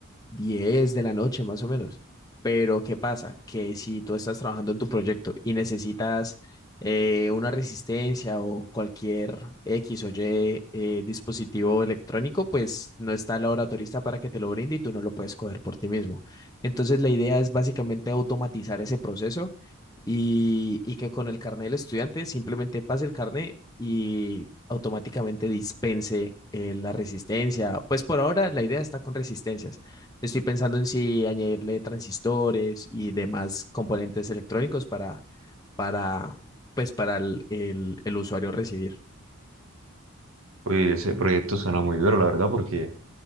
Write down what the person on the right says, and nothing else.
Oye, ese proyecto suena muy duro, la verdad, porque